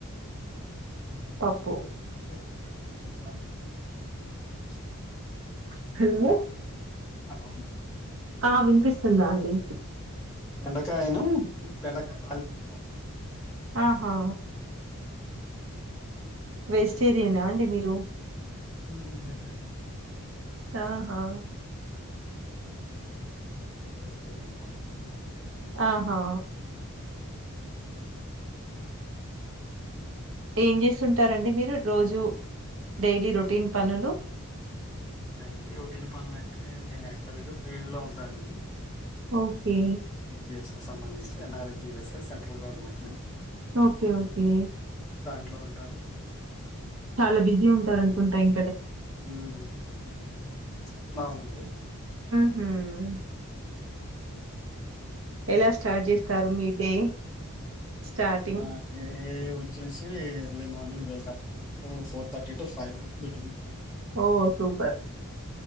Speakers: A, in the centre; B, on the right (about 60°).
A: <inaudible>
B: పప్పు
A: అం <unintelligible>
B: హలో
A: హలో
B: ఆ వినిపిస్తుందా అండి
A: బెండకాయను బెండకాయ తాలింపు పప్పు
B: ఆహా వెజిటేరియనా అండి మీరు
A: ఉమ్ వెజ్ అండి
B: ఆహా
A: <unintelligible> మాది వెజిటేరియన్ పార్టీ
B: ఆహా
A: <inaudible>
B: ఏం చేస్తుంటారండి మీరు రోజు డైలీ రొటీన్ పనులు
A: డైలీ రొటీన్ పనులంటే నేను యాక్చువల్ గా ఫీల్డ్ లో ఉంటా అండి
B: ఓకే
A: ఈజిఎస్ సంబంధించి N R. N. G. S. S. Central government ని
B: ఓకే ఓకే
A: ట్లో ఉంటాను
B: చాలా బిజీ ఉంటారు అనుకుంటా ఇం
A: ఉహ్ అవును అవునండి
B: ఉహ్ ఎలా స్టార్ట్ చేస్తారు మీ డే స్టార్టింగ్
A: నా వే వచ్చేసి early morning wake up four thirty to five between
B: ఓ సూపర్